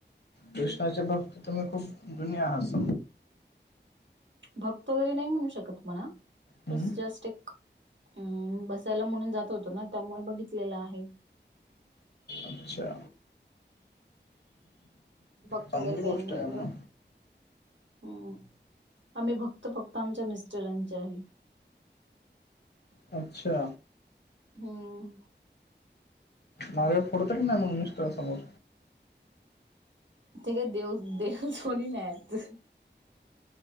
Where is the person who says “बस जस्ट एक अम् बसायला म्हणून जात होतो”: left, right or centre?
Right